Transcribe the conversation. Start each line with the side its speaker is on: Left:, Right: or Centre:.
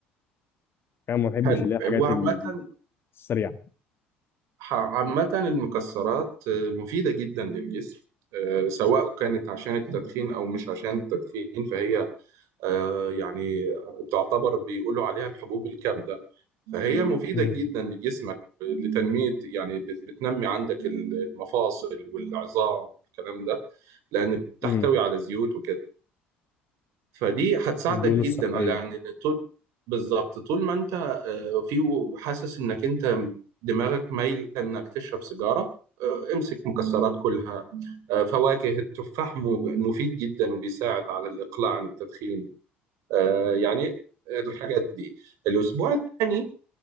Left: انا ما بحبش
Right: حلو
Left: اللي هي الحاجات
Right: وعامة
Left: السريعه
Right: ح- عامة المكسرات آه، مفيدة جدا للجسم آه، سواء كانت عشان التدخين او مش عشان التدخين فهي آه، يعني تعتبر بيقولوا عليها الحبوب الكاملة فهي مفيدة
Left: امم
Right: جدا لجسمك لتنمية يعني بت- بتنمي عندك المفاصل والعظام الكلام ده لأن بتحتوي
Left: امم
Right: على زيوت وكده فدي هتساعدك
Left: والدهون
Right: جدا
Left: الصحيه
Right: على يعني طول بالظبط طول ما انت آه، في حاسس انك انت دماغك مايل انك تشرب سيجاره آه، امسك مكسرات كلها آه، فواكه التفاح مو- مفيد جدا وبيساعد على الاقلاع عن التدخين آه، يعني الحاجات دي الاسبوع الثاني